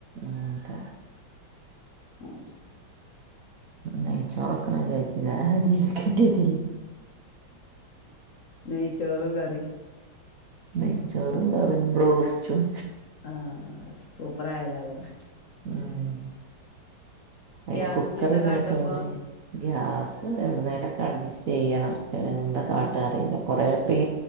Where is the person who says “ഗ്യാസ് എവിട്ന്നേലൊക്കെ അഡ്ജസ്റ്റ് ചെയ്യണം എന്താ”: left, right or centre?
Right